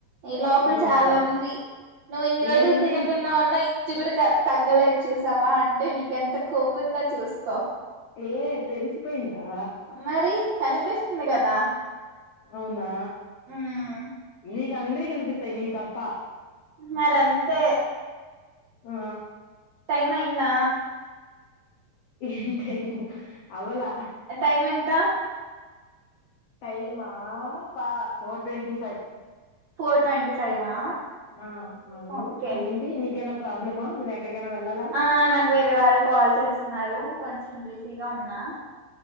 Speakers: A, on the right (about 65°); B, on the left (about 75°).
A: ఈ లోపల
B: అవునా
A: చాలా ఉంది నువ్వు ఇన్ని రోజులు
B: ఏముంది
A: తినకుండా ఉన్నా ఇంచు కూడా క తగ్గలేదు చూసావ అంటే నీకెంత కొవ్వు ఉందో చూసుకో
B: ఏ తెలిసిపోయిందా
A: మరి కనిపిస్తుంది కదా
B: అవునా
A: మ్మ్
B: నీకు అందరి కనిపిస్తాయి నీ తప్ప
A: మరింతే
B: ఆ
A: టైమ్ అయింద
B: ఏ టైము అవల
A: టైం ఎంత
B: టైమా పా four twenty five
A: four twenty ఫైవా
B: ఆ అవును
A: ఓకే
B: ఏంటి నీకైన ప్రాబ్లమా నువ్వు ఎక్కడికైనా వెళ్ళాల
A: ఆ నాకు వేరే వాళ్ళు కాల్ చేస్తున్నారు కొంచెం బిజీగా ఉన్నా